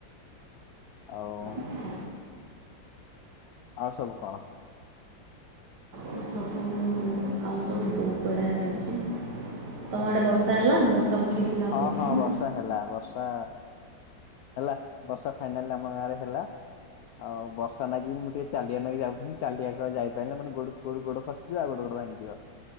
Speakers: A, on the left (about 75°); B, on the right (about 60°).
A: ଆଉ।
B: ଆଚ୍ଛା
A: ଆଉ ସବୁ କଣ?
B: ଆଉ ସବୁ ଆଉ ସବୁ ବହୁତ ବଢ଼ିଆ ଚାଲିଛି ତମ ଆଡ଼େ ବର୍ଷା ହେଲା ବର୍ଷା ଉଠେଇଥିଲା
A: ହଁ
B: କହୁଥିଲ
A: ହଁ ବର୍ଷା ହେଲା ବର୍ଷା। ହେଲା ବର୍ଷ ଫାଇନାଲ ଆମ ଗାଁ ରେ ହେଲା ଆଉ ବର୍ଷା ନାଗି ମୁଁ ଟିକେ ଚାଲିଆ ନେଇକ ଯାଉଥିଲି ଚାଲିଆ ଯାଇପାରିଲି ମାନେ ଗୋ ଗୋଡ ଗୋଡ ଫସିଯିବା ଆଉ ଗୋଟେ ଗୋଡ। ଭାଙ୍ଗି ଯିବ